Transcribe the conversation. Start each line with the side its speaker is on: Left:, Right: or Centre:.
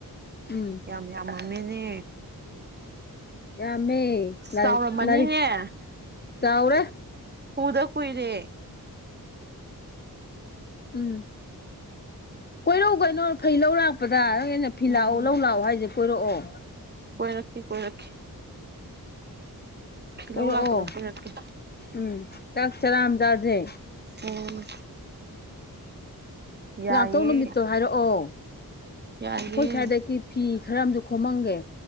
Left: ꯎꯝ
Right: ꯌꯥꯝ ꯌꯥꯝꯃꯦꯅꯦ
Left: ꯌꯥꯃꯦ ꯂꯔꯤꯛ
Right: ꯆꯥꯎꯔꯝꯃꯅꯤꯅꯦ
Left: ꯂꯔꯤꯛ ꯆꯥꯎꯥꯎꯔꯦ
Right: ꯀꯨꯗ ꯀꯨꯏꯔꯦ
Left: ꯎꯝ ꯀꯣꯏꯔꯧ ꯀꯩꯅꯣ ꯐꯩ ꯂꯧ ꯂꯥꯛꯄꯗ ꯍꯦꯟꯅ ꯐꯤ
Right: ꯎꯝ
Left: ꯂꯥꯛꯑꯣ ꯂꯧ ꯂꯥꯛꯑꯣ ꯍꯥꯏꯁꯦ ꯀꯣꯏꯔꯛꯑꯣ
Right: ꯀꯣꯏꯔꯛꯀꯦ ꯀꯣꯏꯔꯛꯀꯦ ꯐꯤꯜꯍꯧ
Left: ꯀꯣꯏꯔꯛꯑꯣ
Right: ꯂꯥꯛꯄꯗ ꯀꯣꯏꯔꯛꯀꯦ
Left: ꯎꯝ ꯆꯥꯛ ꯆꯔꯥ ꯑꯃ ꯆꯥꯖꯦ
Right: ꯑꯣ ꯌꯥꯏꯌꯦ
Left: ꯂꯥꯛꯇꯧ ꯅꯨꯃꯤꯠꯇꯣ ꯍꯥꯏꯔꯛꯑꯣ ꯑꯩꯈꯣꯏ
Right: ꯌꯥꯏꯌꯦ
Left: ꯁ꯭ꯋꯥꯏꯗꯒꯤ ꯐꯤ ꯈꯔ ꯑꯃꯁꯨ ꯈꯣꯝꯃꯝꯒꯦ